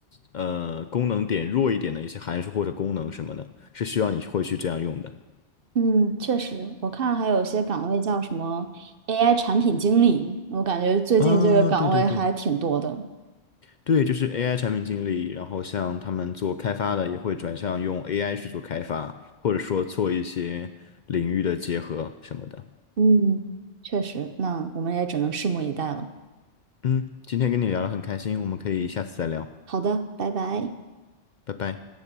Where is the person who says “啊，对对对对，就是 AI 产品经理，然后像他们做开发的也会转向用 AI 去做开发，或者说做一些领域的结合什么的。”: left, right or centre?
Left